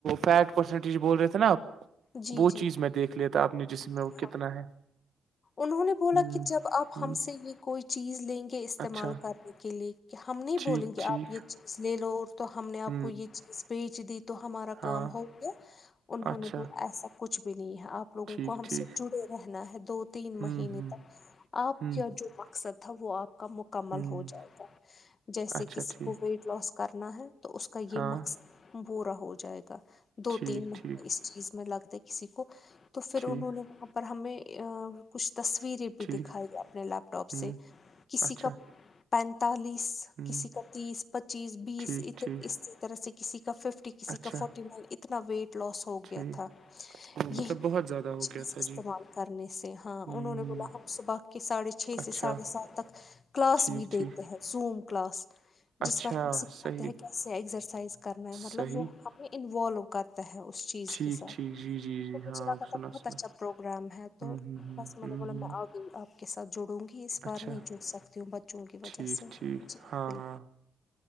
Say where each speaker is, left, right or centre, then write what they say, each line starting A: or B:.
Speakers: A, on the right; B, on the left.
A: فٹ پرسنج بول رہے تھے نا آپ
B: جی
A: وہ
B: جی
A: چیز میں دیکھ لیا تھا آپ نے جسم میں
B: ہاں
A: وہ کتنا ہے
B: انہوں نے بولا
A: ہ
B: کہ جب آپ
A: ہ
B: ہم سے یہ کوئی چیز لیں گے استعمال
A: اچھا
B: کر کے لیے کہ ہم نہیں
A: ٹھیک
B: بولیں گے
A: ٹھیک
B: آپ یہ چیز لے لو تو ہم نے آپ
A: ہ
B: کو یہ چیز بیچ دی تو ہمارا
A: ہاں
B: کام ہو گیا انہوں
A: اچھا
B: نے بولا ایسا کچھ بھی نہیں ہے آپ لوگوں
A: ٹھیک
B: کو ہم
A: ٹھیک
B: سے جڑے رہنا ہے دو تین
A: ہ
B: مہینے
A: ہ
B: تک آپ
A: ہ
B: کیا جو مقصد تھا وہ آپ کا مکمل
A: ہ
B: ہو جائے گا جیسے
A: اچھا
B: کسی
A: ٹھیک
B: کو لوس کرنا ہے تو اس کا یہ
A: ہاں
B: مقصد پورا ہو جائے گا دو
A: ٹھیک
B: تین مہنے
A: ٹھیک
B: اس چیز میں لگتے کسی کو تو پھر
A: ٹھیک
B: انہوں نے وہاں پر ہمیں کچھ تصویریں
A: ٹھیک
B: دکھائی اپنے لیپ ٹاپ سے
A: ہ
B: کسی
A: اچھا
B: کا پینتالیس
A: ہ
B: کسی کا تیس پچیس بیس
A: ٹھیک ٹھیک
B: اس طرح سے کسی کا ففٹی کسی
A: اچھا
B: کا فورٹی نائن اتنا ویٹ لاس ہو
A: ٹھیک
B: گیا تھا
A: وہ
B: یہی
A: مطلب بہت زیادہ
B: چیز
A: ہو گیا تھا
B: استعمال
A: جی
B: کرنے سے ہاں
A: ہ
B: انہوں نے
A: ہ
B: بولا ہم صبح کے ساڑھے چھ سے
A: اچھا
B: ساڑھے سات تک کلاس
A: ٹھیک
B: بھی دیتے
A: ٹھیک
B: ہیں زوم کلاس
A: اچھا
B: جس پر ہم سکھاتے
A: صحیح
B: ہیں کیسے ایگزرسائز کرنا ہے مطلب
A: صحیح
B: وہ ہمیں انوالو کر تے ہیں اس چیز
A: ٹھیک
B: کے ساتھ
A: ٹھیک جی جی جی
B: تو
A: ہاں
B: مجھے لگا
A: آپ
B: تھا
A: سنا
B: بہت
A: سنا
B: اچھا پروگرام ہے تو
A: ہوں ہوں ہوں
B: بس میں
A: ہوں
B: نے بولا
A: ہوں
B: میں آ گئی آپ کے ساتھ جڑوں گی اس بار
A: اچھا
B: نہیں جڑ سکتی ہو بچوں کی وجہ
A: ٹھیک
B: سے
A: ٹھیک
B: جی
A: ہاں ہاں